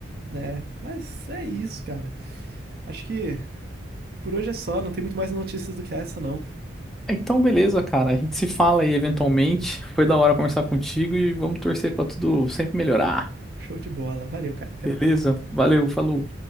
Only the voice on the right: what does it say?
né? Mas é isso, cara. Acho que por hoje é só, não tem muito mais notícias do que essa, não.
Show de bola. Valeu, cara. Até
mais.